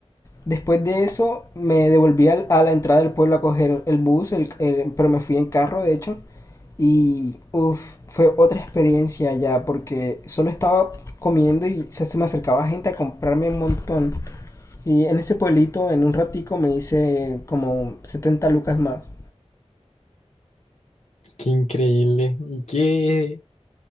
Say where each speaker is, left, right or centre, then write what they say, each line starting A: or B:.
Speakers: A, on the left (about 25°); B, on the left (about 70°).
A: Después de eso me devolví al- a la entrada del pueblo a coger el bus, el- el- pero me fui en carro de hecho y uf, fue otra experiencia ya porque solo estaba comiendo y se se me acercaba gente a comprarme un montón. Y en ese pueblito, en un ratico, me hice como 70 lucas más.
B: qué increíble. Y qué